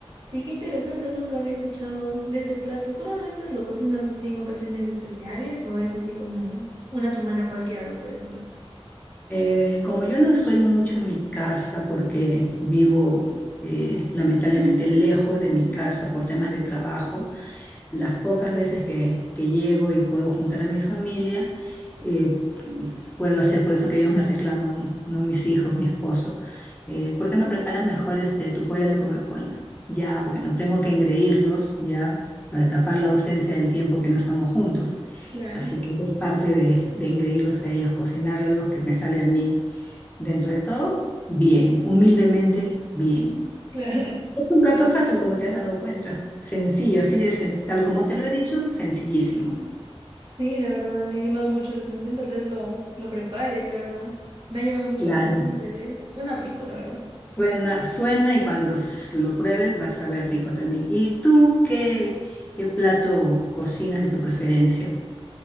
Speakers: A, on the right; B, on the left.
A: Y qué interesante, nunca había escuchado de ese plato. ¿Tú normalmente lo cocinas así en ocasiones especiales o es así como una semana cualquiera lo puedes hacer?
B: Eh, como yo no estoy mucho en mi casa porque vivo eh, lamentablemente lejos de mi casa por temas de trabajo, las pocas veces que, que llego y puedo juntar a mi familia, eh, puedo hacer, por eso que ellos me reclaman, no mis hijos, mi esposo, eh, ¿por qué no preparas mejor este, tu pollo a la Coca-Cola? Ya, bueno, tengo que engreírlos ya para tapar la ausencia del tiempo que no estamos juntos.
A: Claro.
B: Así que esa es parte de, de engreírlos a ellos, cocinarle algo que me sale a mí dentro de todo, bien, humildemente, bien.
A: <laughs> Claro.
B: Es un plato fácil, como te has dado cuenta. Sencillo, así de sen- tal como te lo he dicho, sencillísimo.
A: Sí, la verdad, me ha llamado mucho la atención, tal vez lo, lo prepare, la verdad. Me ha llamado mucho
B: Claro.
A: la atención y se ve, suena rico, la verdad.
B: Suena, suena y cuando s- lo pruebes vas a ver rico también. ¿Y tú qué, qué plato cocinas de tu preferencia?